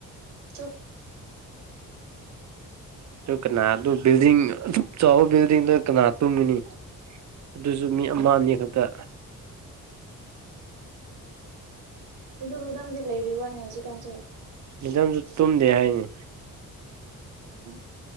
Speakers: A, on the right; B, on the right.
A: ꯆꯞ
B: ꯑꯗꯨ ꯀꯅꯥ ꯑꯗꯨ ꯕꯤꯜꯗꯤꯡ ꯑꯗꯨ ꯆꯥꯎꯕ ꯕꯤꯜꯗꯤꯡꯗꯨ ꯀꯅꯥ ꯇꯨꯝꯒꯅꯤ ꯑꯗꯨꯁꯨ ꯃꯤ ꯑꯃ ꯑꯅꯤ ꯈꯛꯇ
A: ꯑꯗꯨ ꯃꯗꯥꯝꯗꯤ ꯂꯩꯔꯤꯕ꯭ꯔꯥꯅꯦ ꯍꯧꯖꯤꯛꯀꯥꯟꯁꯨ
B: ꯃꯤꯆꯝꯁꯨ ꯇꯨꯝꯗꯦ ꯍꯥꯏꯅꯤ
A: ꯎꯝ